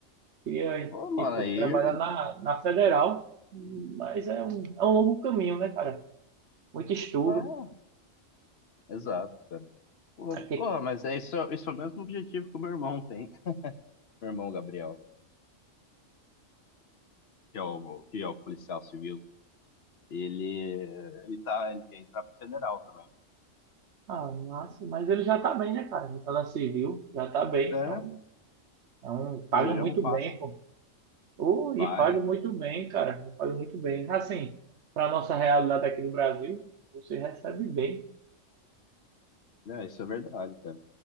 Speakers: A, on the right (about 65°); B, on the left (about 55°).
A: Queria
B: Pô, mano,
A: tipo,
B: aí,
A: trabalhar na, na federal, mas é um, é um longo caminho, né, cara? Muito estudo.
B: ah, é, exato, cara. Pô,
A: Porque,
B: pô, mas é isso, é, isso é o mesmo objetivo que o meu irmão tem. <laughs> Meu irmão Gabriel, que é o, que é o policial civil, ele, ele tá, ele quer entrar pro federal também.
A: ah, massa, mas ele já tá bem, né, cara? Já tá na civil, já tá bem.
B: É,
A: É um, é um, paga
B: é já
A: muito
B: é um passo.
A: bem, pô. Oh, e
B: Paga.
A: paga muito bem, cara. Paga muito bem. Assim, para nossa realidade aqui do Brasil, você recebe bem.
B: É, isso é verdade, cara.